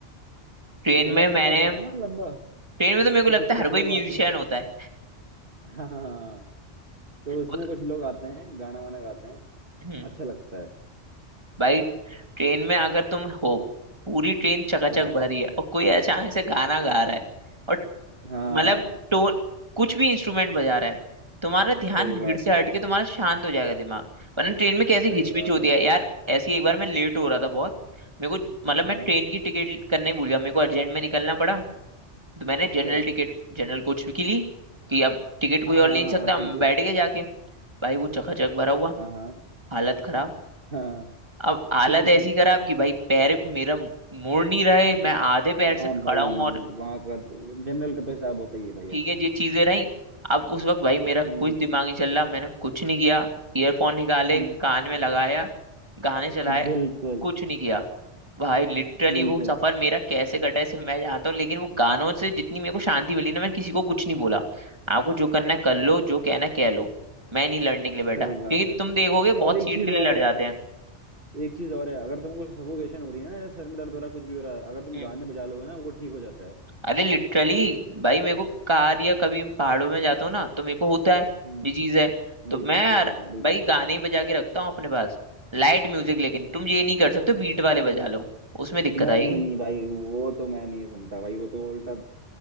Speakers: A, on the right; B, on the right.
A: ट्रेन
B: जब मैं
A: में
B: सफर
A: मैंने
B: करता हूँ ना लंबा
A: ट्रेन में तो मेरे को
B: तो
A: लगता
B: कुछ कुछ
A: है हर कोई
B: लोग
A: म्यूजिशियन
B: आते हैं
A: होता है
B: <laughs> हाँ हाँ हाँ, तो उसमें
A: वो तो,
B: कुछ लोग आते हैं गाना वाना गाते हैं
A: हम्म,
B: अच्छा लगता है
A: भाई ट्रेन में अगर तुम हो पूरी ट्रेन चकाचक
B: हाँ
A: भरी है और कोई अचानक से गाना गा रहा है और
B: हाँ
A: मतलब टोन कुछ भी इंस्ट्रूमेंट बजा रहा है तुम्हारा ध्यान
B: सही
A: भीड़
B: बात
A: से
B: है
A: हट के तुम्हारा शांत हो जाएगा दिमाग वरना ट्रेन में कैसी
B: सही
A: घिचपिच
B: बात
A: होती
B: है
A: है यार ऐसी एक बार मैं लेट हो रहा था बहुत मेरे को मतलब
B: हाँ
A: मैं
B: हाँ,
A: ट्रेन की टिकट करने ही भूल गया मेरे को अर्जेंट में निकलना पड़ा तो मैंने
B: अच्छा
A: जनरल टिकट जनरल कोच की ली कि अब टिकट कोई
B: हाँ
A: और
B: हाँ
A: ले नहीं
B: हाँ
A: सकता
B: हाँ
A: मैं
B: ठीक है
A: बैठ गया जाके भाई वो चकाचक भरा हुआ
B: हाँ हाँ
A: हालत खराब
B: हाँ
A: अब हालत
B: <laughs>
A: ऐसी खराब कि भाई पैर मेरा मुड़ नहीं रहे मैं आधे पैर से
B: हाँ
A: खड़ा
B: भाई
A: हूँ और
B: वहाँ का जनरल का तो हिसाब होता ही है भाई
A: ठीक
B: ऐसा
A: है ये चीजें रही अब उस वक्त भाई मेरा
B: हम्म
A: कुछ दिमाग नहीं चल रहा मैंने कुछ नहीं किया ईयरफोन निकाले
B: हम्म
A: कान में लगाया गाने चलाए
B: बिल्कुल
A: कुछ नहीं किया भाई लिटरली
B: बिल्कुल
A: वो सफर मेरा कैसे कटा है सिर्फ मैं जानता हूँ लेकिन वो गानों से जितनी मेरे को शांति मिली ना मैं किसी को कुछ नहीं बोला आपको जो करना है कर लो जो कहना है कह लो मैं नहीं लड़ने के लिए बैठा
B: सही
A: क्योंकि
B: बात है
A: तुम देखोगे
B: और
A: बहुत
B: एक
A: सीट
B: चीज
A: के लिए
B: और
A: लड़
B: है
A: जाते
B: एक चीज और है अगर तुमको सफोकेशन हो रही है ना या सर में दर्द हो रहा है कुछ भी हो रहा है अगर तुम
A: हैं
B: गाने बजा लोगे ना वो ठीक हो जाता है
A: अरे लिटरली भाई मेरे को कार या कभी पहाड़ों में जाता हूँ ना तो मेरे को होता है
B: हम्म
A: ये चीज है तो
B: बिल्कुल
A: मैं यार
B: बिल्कुल बिल्कुल
A: भाई गाने ही बजा के रखता हूँ अपने पास लाइट म्यूजिक लेकिन तुम ये नहीं कर सकते बीट वाले बजा लो उसमें दिक्कत
B: नहीं
A: आएगी
B: नहीं नहीं भाई वो तो मैं नहीं सुनता भाई वो तो उल्टा